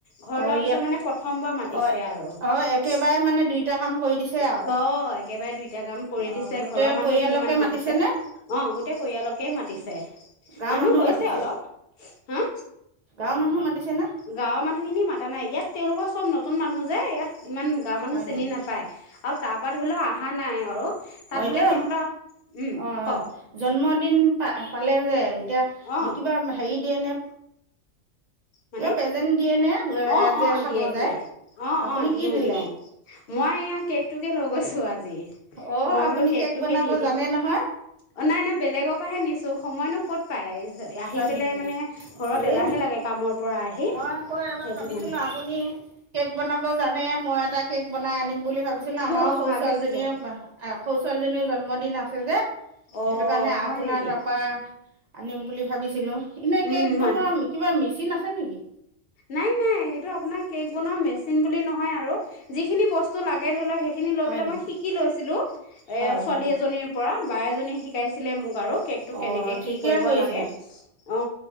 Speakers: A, on the left (about 55°); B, on the right (about 55°).
A: ঘৰ লোৱাৰ
B: অঁ
A: পিছত
B: ইয়াত
A: মানে প্ৰথমবাৰ মাতিছে
B: অঁ
A: আৰু অ,
B: অঁ একেবাৰে
A: একেবাৰে
B: মানে দুইটা কাম কৰি দিছে আৰু
A: দুইটা কাম কৰি
B: অঁ
A: দিছে।
B: গোটেই
A: ঘৰৰ মানুহখিনি
B: পৰিয়ালকে
A: মানে
B: মাতিছেনে
A: মাতিছে। অ', গোটেই পৰিয়ালকেই মাতিছে।
B: গাঁৱৰ
A: মানুহ
B: মানুহো
A: হৈছে
B: মাতিছে।
A: অলপ হা
B: গাঁৱৰ মানুহো মাতিছে নে?
A: গাঁৱৰ মানুহখিনি মাতা নাই। ইয়াত তেওঁলোকৰ চব নতুন মানুহ যে ইয়াত ইমান গাঁৱৰ মানুহ
B: হয়
A: চিনি
B: নেকি
A: নাপায় আৰু তাৰ পৰা ধৰিলেও অহা নাই আৰু তাত
B: অ',
A: বোলে
B: এতিয়া
A: সিহঁতৰ উম
B: অ, অ,
A: কওক
B: জন্মদিন পা পালে যে, এতিয়া
A: অ
B: কিবা হেৰি দিয়ে নে?
A: মানে
B: কিবা প্ৰেজেন্ট দিয়ে নে?
A: অ',
B: যে
A: অ,
B: খাব
A: দিয়ে। দিয়ে।
B: যায়
A: অ,
B: আপুনি
A: অ, দিওঁ।
B: কি দিলে
A: দিওঁ। মই এয়া কেকটোকে লৈ গৈছো। আজি
B: অঁ
A: মই
B: আপুনি
A: বোলো কেকটোকে
B: কেক বনাব
A: নিদিম
B: জানে নহয়
A: অ', নাই। নাই। বেলেগৰ পৰাহে নিছো সময়নো ক'ত পাই। ইচ আহি
B: হয়
A: পেলাই
B: নেকি
A: মানে ঘৰত
B: এই
A: এলাহে লাগে কামৰ পৰা আহি।
B: মই আকৌ এবাৰ
A: সেইটো
B: ভাবিছিলো।
A: কাৰণে
B: আপুনি কেক বনাব জানে মই এটা কেক বনাই আনিম বুলি ভাবিছিলোঁ। আমাৰো
A: অ
B: সৰু
A: ভাবিছিলে
B: ছোৱালীজনীৰ সৰু ছোৱালীজনীৰও জন্মদিন আছে যে,
A: অ
B: সেইটো কাৰণে
A: হয়
B: আপোনাৰ
A: নেকি
B: তা পৰা আনিম বুলি ভাবিছিলোঁ। এনেই
A: উম
B: কেক
A: মান
B: বনোৱা কিবা মেচিন আছে নেকি?
A: নাই। নাই। সেইটো আপোনাৰ কেক বনোৱা মেচিন বুলি নহয় আৰু যিখিনি বস্তু লাগে। ধৰি ল হে হে খিনি লৈ
B: হয়
A: পেলাই
B: নেকি
A: মই শিকি লৈছিলো। এ,
B: হয়
A: ছোৱালী
B: নেকি
A: এজনীৰ পৰা বাই এজনীয়ে শিকাইছিলে মোক আৰু কেক
B: অ
A: তটো কেনেকে
B: ঠিকে
A: কি কৰিব
B: কৰিছে
A: লাগে। অ,